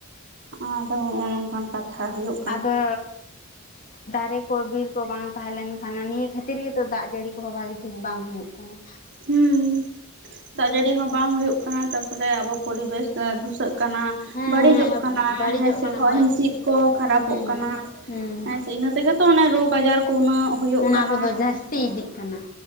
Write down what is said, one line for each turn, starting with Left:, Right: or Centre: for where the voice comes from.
Right: ᱟᱫᱚ ᱦᱚᱜ-ᱚ ᱱᱚᱝᱠᱟᱱ ᱠᱟᱛᱷᱟ ᱦᱳᱭᱳᱜ
Left: ᱟᱫᱚ, ᱫᱟᱨᱮ ᱠᱚ ᱵᱤᱨ ᱠᱚ ᱵᱟᱝ ᱛᱟᱦᱮᱸ ᱞᱱᱠᱷᱟᱱ ᱱᱤᱭᱟᱹ ᱠᱷᱟᱹᱛᱤᱨ ᱜᱮᱛᱚ ᱫᱟᱜ ᱡᱟᱹᱲᱤ ᱠᱚᱦᱚᱸ ᱵᱷᱟᱹᱜᱤ ᱴᱷᱤᱠ ᱵᱟᱝ ᱦᱩᱭᱩᱜ ᱠᱟᱱᱟ᱾
Right: ᱦᱮᱸ ᱫᱟᱜ ᱡᱟᱟᱹᱲᱤ ᱦᱚᱸ ᱵᱟᱝ ᱦᱩᱭᱩᱜ ᱠᱟᱱᱟ ᱛᱟᱯᱚᱨᱮ ᱟᱵᱚ ᱯᱚᱨᱤᱵᱮᱥ ᱫᱷᱩᱥᱟᱹᱜ ᱠᱟᱱᱟ᱾
Left: ᱦᱮᱸ
Right: ᱵᱟᱹᱲᱤᱡᱚᱜ
Left: ᱦᱮᱸ
Right: ᱠᱟᱱᱟ
Left: ᱵᱟᱹᱲᱤᱡᱚᱜ
Right: ᱦᱮᱸ ᱥᱮ
Left: ᱠᱟᱱᱟ
Right: ᱦᱚᱭ ᱦᱤᱸᱥᱤᱫ ᱠᱚ ᱠᱷᱟᱨᱟᱯᱚᱜ
Left: ᱦᱩᱸ
Right: ᱠᱟᱱᱟ
Left: ᱦᱩᱸ
Right: ᱦᱮ ᱤᱱᱟᱹ ᱛᱮᱜᱮ ᱛᱚ ᱚᱱᱮ ᱨᱳᱜᱽ ᱟᱡᱟᱨ ᱠᱚ ᱩᱱᱟᱹᱜ ᱦᱳᱭᱳᱜ
Left: ᱚᱱᱟ
Right: ᱠᱟᱱᱟ
Left: ᱠᱚᱫᱚ ᱡᱟᱹᱥᱛᱤ
Right: ᱦᱮ ᱥᱮ
Left: ᱤᱫᱤᱜ ᱠᱟᱱᱟ